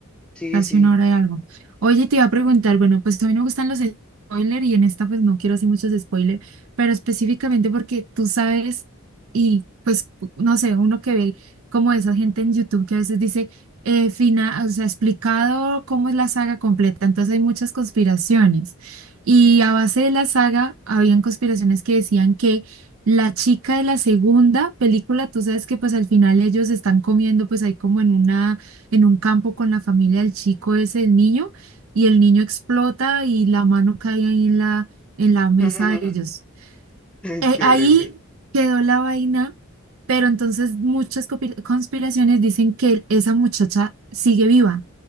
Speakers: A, in the centre; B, on the right.
A: Sí,
B: Casi
A: sí.
B: una hora de algo. Oye, te iba a preguntar, bueno, pues a mí no me gustan los spoilers y en esta pues no quiero hacer muchos spoilers, pero específicamente porque tú sabes y pues no sé, uno que ve como esa gente en YouTube que a veces dice, eh, fina, o sea, explicado cómo es la saga completa, entonces hay muchas conspiraciones. Y a base de la saga, habían conspiraciones que decían que la chica de la segunda película, tú sabes que pues al final ellos están comiendo pues ahí como en una en un campo con la familia del chico es el niño, y el niño explota y la mano cae ahí en la, en la mesa
A: <laughs>
B: de ellos.
A: Ay,
B: Eh,
A: Qué
B: ahí
A: horrible.
B: quedó la vaina, pero entonces muchas copi- conspiraciones dicen que esa muchacha sigue viva.